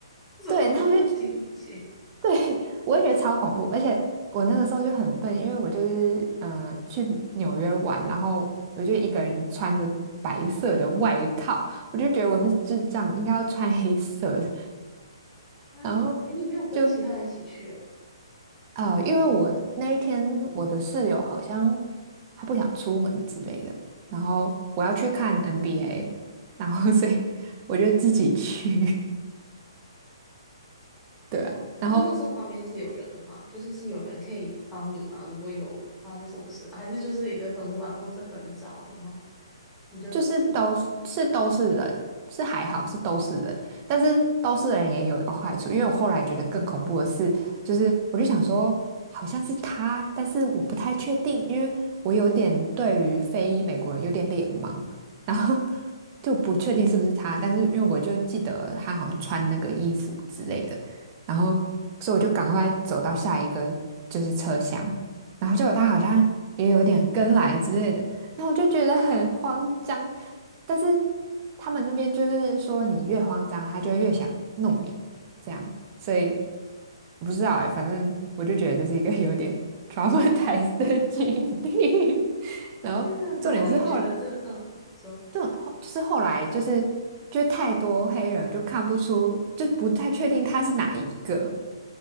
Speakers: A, in the centre; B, on the right (about 30°).
A: 这种恐怖情节
B: 对，然后就 <laughs> 对，我也觉得超恐怖，而且我那个时候就很笨，因为我就是嗯、呃去纽约玩，然后我就一个人穿着白色的外套，我就觉得我是智障，应该要穿黑色的，
A: 啊！
B: <laughs> 然后就
A: 诶，你没有跟其他人一起去哦？
B: 呃，因为我那一天我的室友好像他不想出门之类的，然后我要去看 NBA，然后 <laughs> 所以我就自己去，<laughs> 对啊，
A: 哇，
B: 然后
A: 那那时候旁边是有人的吗？就是是有人可以帮你吗？如果有发生什么事，还是就是一个很晚或是很早，然后你就吃，
B: 就是都是是都是人，是还好是都是人，但是都是人也有一个坏处，因为我后来觉得更恐怖的是，就是我就想说好像是他，但是我不太确定，因为我有点对于非裔美国人有点脸盲，然后 <laughs> 就不确定是不是他，但是因为我就记得他好像穿那个衣服之类的，然后所以我就赶快走到下一个就是车厢，
A: 嗯，
B: 然后结果他好像也有点跟来之类的。然后我就觉得很慌张，但是他们那边就是说，你越慌张，他就越想弄你，这样，所以我不知道哎、反正我就觉得这是一个有点 <laughs> traumatized 的经历。<laughs> 然后重点是后，
A: 天啊，然后你觉得这嗯，你说
B: 就后就是后来就是就太多黑人就看不出，就不太确定他是哪一个。